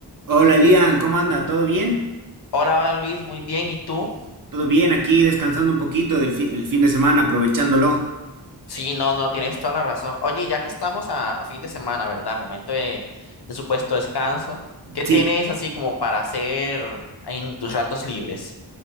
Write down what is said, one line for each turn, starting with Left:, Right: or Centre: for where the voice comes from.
Right: Hola Lian, ¿cómo anda? ¿Todo bien?
Left: Hola, hola Luis, muy bien. ¿Y tú?
Right: Todo bien, aquí descansando un poquito del fi- el fin de semana, aprovechándolo.
Left: Sí, no, no, tienes toda la razón. Oye, ya que estamos a, a fin de semana, ¿verdad? Momento de, de supuesto descanso. ¿Qué
Right: Sí,
Left: tienes así como para hacer en tus ratos libres?